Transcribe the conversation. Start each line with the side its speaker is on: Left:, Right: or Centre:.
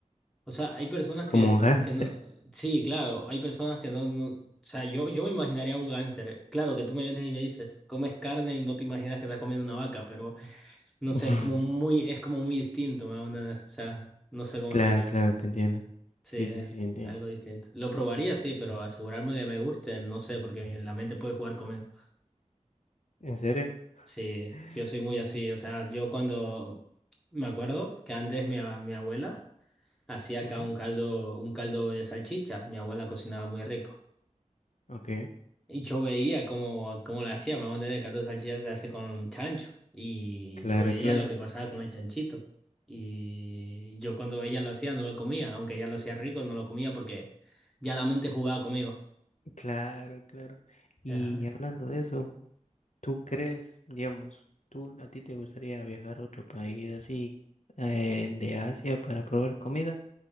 Centre: O sea, hay personas
Left: Como
Centre: que,
Left: un hámster.
Centre: que no. Sí, claro, hay personas que no, no. O sea, yo, yo me imaginaría un gánster. Claro que tú me vienes y me dices, comes carne y no te imaginas que estás comiendo una vaca, pero. No
Left: <laughs>
Centre: sé, es como muy, es como muy distinto, me onda, o sea, no sé cómo
Left: Claro,
Centre: explicar.
Left: claro, te entiendo.
Centre: Sí,
Left: Sí,
Centre: es
Left: sí, sí, entiendo.
Centre: algo distinto. Lo probaría, sí, pero asegurarme que me guste, no sé, porque la mente puede jugar conmigo.
Left: ¿En serio?
Centre: Sí,
Left: <laughs>
Centre: yo soy muy
Left: Okay.
Centre: así, o sea, yo cuando me acuerdo que antes mi, a- mi abuela hacía acá
Left: Ujú,
Centre: un caldo, un caldo de salchicha, mi abuela cocinaba muy rico.
Left: Ok,
Centre: Y yo veía cómo, cómo la hacía, me voy a entender, el caldo de salchicha se hace con chancho. Y
Left: claro,
Centre: yo veía
Left: claro.
Centre: lo que pasaba con el chanchito. Y yo cuando ella lo hacía no lo comía, aunque ella lo hacía rico, no lo comía porque ya la mente jugaba conmigo.
Left: Claro, claro. Y
Centre: Ajá.
Left: hablando de eso, ¿tú crees, digamos, tú a ti te gustaría viajar a otro país así eh, de Asia para probar comida